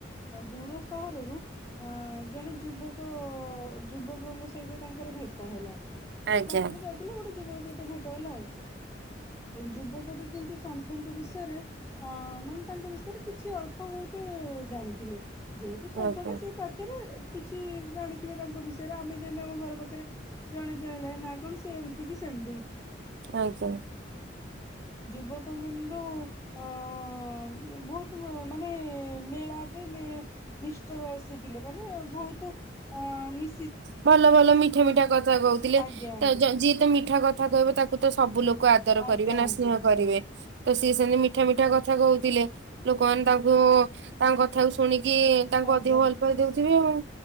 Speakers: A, on the left; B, on the right.
A: ଦୂର ସହରରୁ। ଅଁ ଜଣେ ଯୁବକ ଯୁବକଙ୍କ ସହିତ ତାଙ୍କର ଭେଟ ହେଲା।
B: ଆଜ୍ଞା
A: ବାଟରେ ଯାଇଥିଲା ଗୋଟେ ଯୁବକ ସହିତ ଭେଟ ହେଲା ଆଉ। ଯୁବକଟି କିନ୍ତୁ ସନ୍ଥଙ୍କ ବିଷୟରେ। ହଁ ମାନେ ତାଙ୍କ ବିଷୟରେ କିଛି ଅଳ୍ପ ବହୁତୁ ଜାଣିଥିଲେ। ଯେହେତୁ ସନ୍ଥ
B: ଆଜ୍ଞା
A: ଟା ସେ ପାଖରେ କିଛି ଜାଣି ଥିବେ ତାଙ୍କ ବିଷୟରେ ଆମେ ଯେମିତି ଆମ ଘର ପାଖରେ ଜଣେକଣ ହେଲା ନା କଣ ସେ ଏମିତି କିି ସେମିତି।
B: ଆଜ୍ଞା।
A: ଯୁବକ କିନ୍ତୁ ଅ ବହୁତ ମାନେ ମେଳା ଇ ମି ମିଷ୍ଟର ଆସିଥିଲେ ମାନେ ଭଉତୁ ଅ ନି
B: ଭଲ ଭଲ ମିଠା ମିଠା କଥା କହୁଥିଲେତ
A: ଆଜ୍ଞା ଆଜ୍ଞା
B: ଯିଏ ତ ମିଠା କଥା କହିବ ତାକୁ ତ ସବୁ ଲୋକ କୁ ଆଦର
A: ଆଜ୍ଞା
B: କରିବେ ନା
A: ଆଜ୍ଞା
B: ସ୍ନେହ କରିବେ ତ ସିଏ ସେମିତି ମିଠା ମିଠା କଥା କହୁଥିଲେ। ଲୋକମାନେ ତାଙ୍କୁ ତାଙ୍କ କଥାକୁ ଶୁଣିକି ତାଙ୍କୁ
A: ଆଜ୍ଞା
B: ଅଧିକ ଭଲ ପାଇଁ ଦଉଥିବେ ଆଉ।